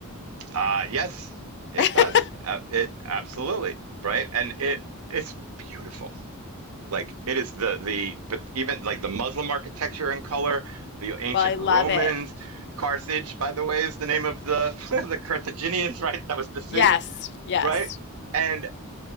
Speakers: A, on the right; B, on the left.
A: Uh, yes, it
B: <laughs>
A: does. Uh, it absolutely. Right. And it it's beautiful. Like it is the the but even like the Muslim architecture and color, the ancient
B: Well, I
A: Romans.
B: love it.
A: Carthage, by the way, is the name of the <laughs> the Carthaginians, right? That was the city,
B: Yes, yes.
A: right? And